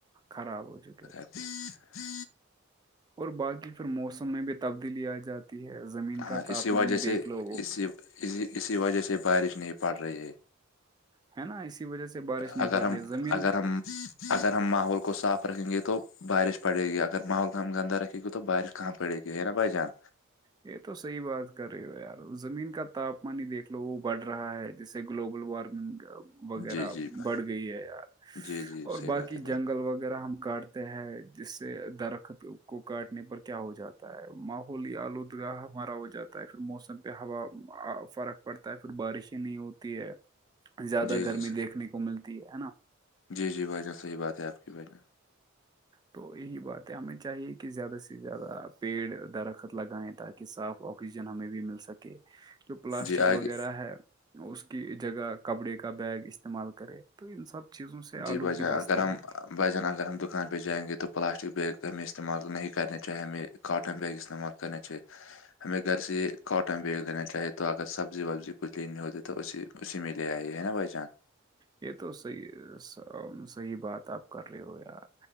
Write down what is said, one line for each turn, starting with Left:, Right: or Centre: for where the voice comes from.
Right: خراب ہو چکے ہیں
Left: پی
Right: اور باقی پھر موسم میں بھی تبدیلی آ جاتی ہے زمین
Left: ہاں
Right: کا تاپمان
Left: اسی وجہ
Right: ہی دیکھ
Left: سے
Right: لو وہ
Left: اسی اسی اسی وجہ سے بارش نہیں پڑ رہی ہے
Right: ہے نا اسی وجہ سے بارش نہیں
Left: اگر
Right: پڑ
Left: ہم
Right: رہی ہے زمین
Left: اگر ہم اگر ہم ماحول کو صاف رکھیں گے تو بارش پڑے گی اگر ماحول کو ہم گندہ رکھے گی تو بارش کہاں پڑے گی یہ نا بائی جان
Right: یہ تو صحیح بات کر رہے ہو یار زمین کا تاپمان ہی دیکھ لو وہ بڑھ رہا ہے جیسے گلوبل وارمنگ وغیرہ
Left: جی جی بھائی
Right: بڑھ گئی ہے یار
Left: جی جی
Right: اور
Left: صحیح
Right: باقی
Left: بات ہے بھائی
Right: جنگل وغیرہ ہم کاٹتے ہیں جس سے درخت کو کاٹنے پر کیا ہو جاتا ہے ماف ہولی آلودگاہ ہمارا ہو جاتا ہے پھر موسم پہ ہوا فرق پڑتا ہے پھر بارشیں نہیں ہو ہے زیادہ
Left: جی
Right: گرمی
Left: جی سر
Right: دیکھنے کو ملتی ہے نا
Left: جی جی بھنان صحیح بات ہے آپ کی بھنہ
Right: تو یہی بات ہے ہمیں چاہیے کہ زیادہ سے زیادہ آپ پیڑ درخت لگائیں تاکہ صاف آکسیجن ہمیں بھی مل سکے جو پلاسٹک
Left: جی آگے
Right: وغیرہ ہے اس کی جگہ کپڑے کا بیگ استعمال کرے تو ان سب چیزوں سے
Left: جی
Right: الو
Left: بھائی جان
Right: کی بچتی
Left: اگر ہم
Right: ہے
Left: بھائی جان اگر ہم دکان پہ جائیں گے تو پلاسٹی بیگ میں استعمال نہیں کرنا چاہے ہمیں کاٹن بیگ استعمال کرنا چاہیے
Right: <inaudible>
Left: ہمیں گھر سے کاٹن بیگ لینا چاہی تو اگر سبزی وبزی کچھ لینی ہوتی تو اسی اسی میں لے آئیے ہے نا بھائی جان
Right: یہ تو صحیح صحی بات آپ کر رہے ہو یار